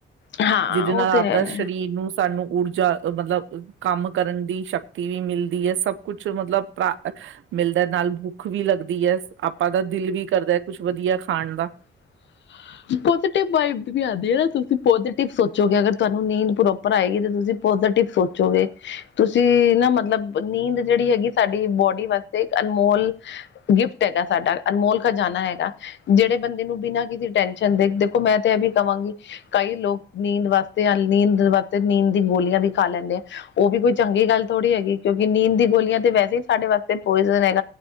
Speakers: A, on the left (about 70°); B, on the right (about 80°).
A: ਹਾਂ
B: ਜਿਹਦੇ
A: ਉਹ
B: ਨਾਲ
A: ਤੇ
B: ਆਪਦਾ
A: ਹੈ
B: ਸਰੀਰ ਨੂੰ ਸਾਨੂੰ ਊਰਜਾ ਮਤਲਬ ਕੰਮ ਕਰਨ ਦੀ ਸ਼ਕਤੀ ਵੀ ਮਿਲਦੀ ਐ ਸਭ ਕੁਛ ਮਤਲਬ ਮਿਲਦਾ ਨਾਲ ਭੁੱਖ ਵੀ ਲੱਗਦੀ ਐ ਆਪਾਂ ਦਾ ਦਿਲ ਵੀ ਕਰਦਾ ਹੈ ਕੁਛ ਵਧੀਆ ਖਾਣ ਦਾ
A: <unintelligible> ਪੋਸਟਿਵ ਵਾਇਬ ਨਈਂ ਆਂਦੀਆਂ ਨਾਂ ਤੁਸੀਂ ਪੋਜੀਟਿਵ ਸੋਚੋਗੇ ਅਗਰ ਤੁਹਾਨੂੰ ਨੀਂਦ ਪ੍ਰੋਪਰ ਆਏਗੀ ਤੇ ਤੁਸੀਂ ਪੋਜ਼ਟਿਵ ਸੋਚੋਗੇ ਤੁਸੀਂ ਨਾ ਮਤਲਬ ਨੀਂਦ ਜਿਹੜੀ ਹੈਗੀ ਸਾਡੀ ਬੋਡੀ ਵਾਸਤੇ ਇੱਕ ਅਨਮੋਲ ਗਿਫਟ ਹੈਗਾ ਸਾਡਾ ਅਨਮੋਲ ਜਾਣਾ ਹੈਗਾ ਜਿਹੜੇ ਬੰਦੇ ਨੂੰ ਬਿਨਾਂ ਕਿਸੇ ਟੈਂ ਦੇ ਦੇਖੋ ਮੈਂ ਤਾਂ ਇਹ ਵੀ ਕਹਾਂਗੀ ਕਈ ਲੋਕ ਨੀਂਦ ਵਾਸਤੇ ਨੀਂਦ ਵਾਸਤੇ ਨੀਂਦ ਦੀ ਗੋਲੀਆਂ ਵੀ ਖਾ ਲੈਂਦੇ। ਉਹ ਵੀ ਕੋਈ ਚੰਗੀ ਗੱਲ ਥੋੜ੍ਹੀ ਹੈਗੀ ਕਿਉਂਕਿ ਨੀਂਦ ਦੀ ਗੋਲੀਆਂ ਤੇ ਵੈਸੇ ਹੀ ਸਾਡੇ ਵਾਸਤੇ ਪੋਇਜ਼ਨ ਹੈਗੇ।